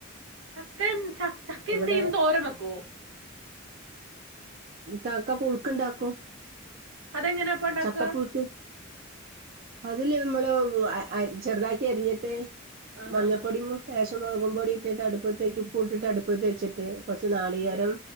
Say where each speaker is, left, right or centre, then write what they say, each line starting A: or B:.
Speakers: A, on the right; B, on the right.
A: ചക്കി ചക്കിം
B: ഇവിടെ
A: <unintelligible> തോരം വെക്കുവോ
B: ചക്ക പുഴുക്ക്ണ്ടാക്കും
A: അതെങ്ങനെയാപ്പ ഉണ്ടാക്കുക
B: ചക്ക പുുഴുക്ക് അതില് നമ്മള് ചെറുതാക്കി അരിഞ്ഞിട്ട്
A: ആഹ്
B: മഞ്ഞപ്പൊടിം
A: ആഹ്
B: ലേശം മുളകും പൊടി ഇട്ടിട്ട് അടുപ്പത്ത് ഉപ്പുട്ടിട്ട്അടുപ്പത്തച്ചിട്ട് കുറച്ച് നാളികേരം
A: വേ